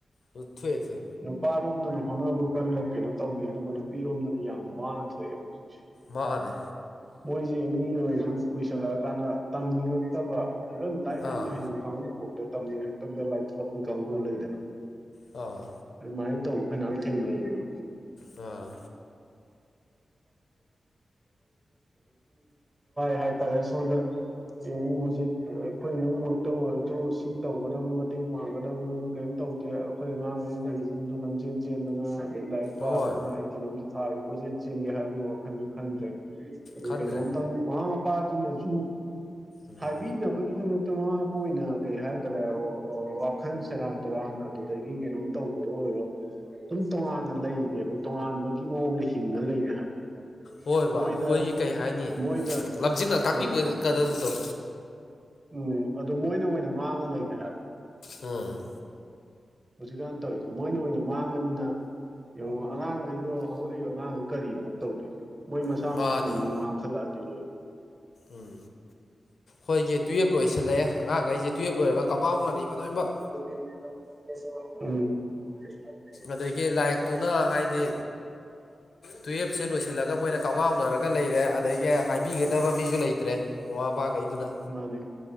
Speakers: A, on the left; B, on the right.
A: ꯄ꯭ꯊ꯭ꯋꯦꯁ
B: ꯅꯨꯄꯥꯔꯣꯝꯗꯅ ꯍꯣꯠꯅꯕ ꯀꯔ ꯀꯩꯅꯣ ꯇꯧꯒ ꯑꯗꯨꯒ ꯅꯨꯄꯤꯔꯣꯝꯗꯗꯤ ꯌꯥꯝꯅ ꯋꯥꯅ ꯊꯣꯛꯑꯦꯕ ꯍꯧꯖꯤꯛꯁꯦ
A: ꯃꯥꯅꯦ
B: ꯃꯣꯏꯁꯦ ꯑꯦꯅꯤ ꯑꯣꯏ ꯑꯗꯨ ꯀꯨꯏꯁꯜꯂꯛꯑꯀꯥꯟꯗ ꯇꯝꯅꯤꯡꯉꯛꯇꯕ ꯏꯚꯟ ꯂꯥꯏꯔꯤꯛ ꯌꯥꯝꯅ
A: ꯑꯥ
B: ꯍꯩꯕ ꯀꯥꯡꯕꯨ ꯐꯥꯎꯗꯦ ꯇꯝꯅꯤꯡꯉꯛꯇꯗ ꯂꯥꯏꯔꯤꯄ ꯀꯥꯡꯕꯨ ꯂꯩꯗꯅ
A: ꯑꯥ
B: ꯃꯥꯥꯏ ꯇꯧ ꯐꯣꯏꯅꯥꯝ ꯊ ꯃꯣ
A: ꯑ
B: ꯍꯥꯏꯇꯥꯔꯦ ꯁꯣꯟꯗ ꯌꯦꯡꯉꯨ ꯍꯧꯖꯤꯛ ꯑꯩꯈꯣꯏ ꯏꯨꯡꯃꯛꯇ ꯑꯣꯏꯔꯁꯨ ꯏꯁꯤꯡ ꯇꯧꯒꯗꯕ ꯃꯇꯦꯡ ꯄꯥꯡꯒꯗꯕꯗꯨꯗꯣ ꯀꯔꯤꯝ ꯇꯧꯗꯦ ꯑꯩꯈꯣꯏ ꯑꯉꯥꯡ ꯑꯣꯏꯔꯤꯩ ꯒꯥꯔꯤꯁꯤꯡꯗꯣ ꯂꯝꯖꯦꯟ ꯆꯦꯟꯗꯅ ꯑꯩ ꯂꯥꯏꯔꯤꯛ ꯄꯥꯗꯅ
A: ꯍꯣꯏ
B: ꯑꯩ ꯀꯩꯅꯣꯝꯇ ꯊꯥꯒꯦ ꯀꯣꯏꯆꯦꯜ ꯆꯤꯟꯒꯦ ꯍꯥꯏꯕꯒꯤ ꯋꯥꯈꯜꯁꯨ ꯈꯟꯗ꯭ꯔꯦ ꯑꯗꯨ
A: ꯈꯟꯗ꯭ꯔꯦ
B: ꯀꯩꯅꯣꯝꯇꯪ ꯃꯃꯥ ꯃꯄꯥꯁꯤꯡꯅꯁꯨ
A: ꯎꯝ
B: ꯍꯥꯏꯕꯤꯅꯕ ꯒꯤꯗꯃꯛꯇ ꯃꯃꯥꯕ ꯑꯣꯏꯅ ꯀꯩ ꯍꯥꯏꯇꯥꯔꯦ ꯋꯥꯈꯜ ꯁꯦꯔꯥꯟ ꯇꯨꯔꯥꯟ ꯑ ꯑꯗꯒꯤ ꯀꯩꯅꯣꯝ ꯇꯧꯕꯗꯣ ꯑꯣꯏꯔꯣ ꯑꯗꯨꯝ ꯇꯣꯉꯥꯟꯅ ꯂꯩꯔꯕ ꯇꯣꯉꯥꯟꯕꯒꯤ ꯃꯑꯣꯡꯗꯤ ꯆꯤꯡꯉ ꯂꯩꯔꯦ ꯍꯥꯏꯕ
A: ꯍꯣꯏ
B: ꯃꯣꯏꯗ
A: ꯕ ꯑꯩꯈꯣꯏꯒꯤ ꯀꯩ ꯍꯥꯏꯅꯤ
B: ꯃꯣꯏꯗ
A: ꯂꯝꯖꯤꯡꯂ ꯇꯥꯛꯄꯤꯕꯀꯗꯕꯗꯣ
B: ꯑꯥ ꯎꯝ ꯑꯗꯨ ꯃꯣꯏꯅ ꯃꯣꯏꯅ ꯃꯥꯡꯉ ꯂꯩꯒꯦ ꯍꯥꯏꯕ
A: ꯎꯝ
B: ꯍꯧꯖꯤꯛꯀꯥꯟ ꯇꯧꯔꯤꯁꯦ ꯃꯣꯏꯅ ꯑꯣꯏꯅ ꯃꯥꯡꯉꯅꯤꯅ ꯌꯦꯡꯉꯣ ꯑꯉꯥꯡꯈꯩꯗꯣ ꯍꯧꯒꯠꯂꯛꯏꯕ ꯑꯉꯥꯡ ꯀꯔꯤꯅꯣ ꯇꯧꯗꯣꯏꯁꯦ ꯃꯣꯏ ꯃꯁꯥꯃꯛꯅ
A: ꯃꯥꯅꯤ
B: ꯋꯥꯡꯈꯠꯂꯛꯑꯗꯤ ꯂꯣꯏꯔꯦ
A: ꯎꯝ ꯍꯣꯏꯒꯤ ꯇꯨꯌꯦꯜꯞ ꯂꯣꯏꯁꯜꯂꯛꯑꯦ ꯑꯉꯥꯡꯈꯩꯁꯦ ꯇꯨꯌꯦꯜꯞ ꯂꯣꯏꯔꯒ ꯀꯥꯎꯉꯥꯎꯅꯕ ꯂꯣꯏꯅꯃꯛ
B: <inaudible> <inaudible>
A: ꯑꯗꯒꯤ ꯂꯥꯏꯔꯤꯛꯇꯨꯅ ꯍꯥꯏꯗꯤ ꯇꯨꯌꯦꯜꯞꯁꯦ ꯂꯣꯏꯁꯤꯜꯂꯒ ꯃꯣꯏꯅ ꯀꯥꯎꯉꯥꯎꯅꯔꯒ ꯂꯩꯔꯦ ꯑꯗꯒꯤ ꯍꯥꯏꯕꯤꯒꯗꯕ ꯃꯤꯁꯨ ꯂꯩꯇ꯭ꯔꯦ ꯃꯃꯥ ꯃꯄꯥꯈꯩꯗꯨꯅ
B: ꯃꯥꯅꯦ